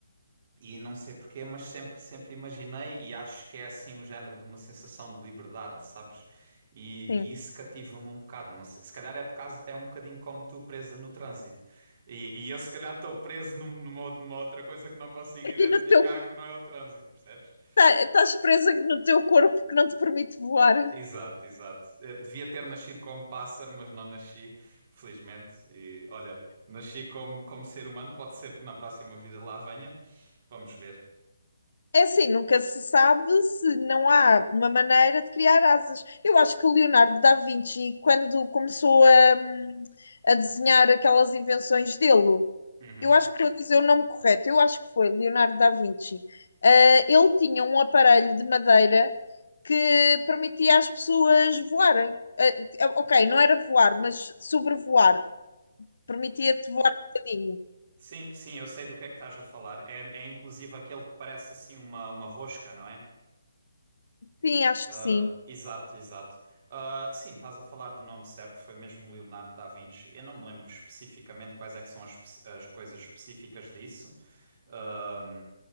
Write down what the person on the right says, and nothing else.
E não sei porquê, mas sempre, sempre imaginei e acho que é assim o género de uma sensação de liberdade, sabes? E,
e isso cativa-me um bocado. Não sei, se calhar é por causa, é um bocadinho como tu presa no trânsito. E, e eu se calhar estou preso num- numa, ou- numa outra coisa que não consigo
identificar
que não é o trânsito, percebes?
Exato, exato. Eh, Devia ter nascido como pássaro, mas não nasci, felizmente. E olha, nasci como, como ser humano, pode ser que na próxima vida lá venha. Vamos ver.
Uhum.
Sim, sim, eu sei do que é que estás a falar. É, é inclusive aquele que parece assim uma, uma rosca, não é?
Ah,
exato, exato. Ah, sim, estás a falar do nome certo, foi mesmo Leonardo da Vinci. Eu não me lembro especificamente quais é que são as, espe- as coisas específicas disso. Ah,